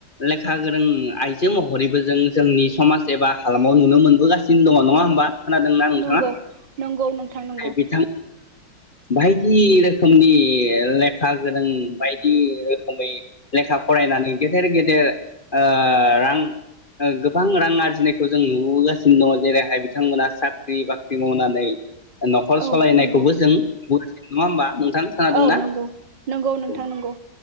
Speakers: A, on the left; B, on the right.
A: लेखा गोरों आइजो महरैबो जों जोंनि समाज एबा हालामाव नुनो मोनबोगासिनो दङ नङा होमबा? खोनादोंना नोंथाङा?
B: नंगौ नंगौ नोंथां नंगौ।
A: बिथां बायदि रोखोमनि लेखा गोरों बायदि रोखोमै लेखा फरायनानै गेदेर गेदेर ओ रां ओ गोबां रां आरजिनायखौ जों नुबोगासिनो दङ जेरैहाय बिथांमोना साख्रि बाख्रि मावनानै नै नखर'
B: औ
A: सलायनायखौबो
B: नंगौ
A: जों नङा होमबा? नोंथां खोनादोंना
B: औ नंगौ नंगौ नोंथां
A: औ
B: नंगौ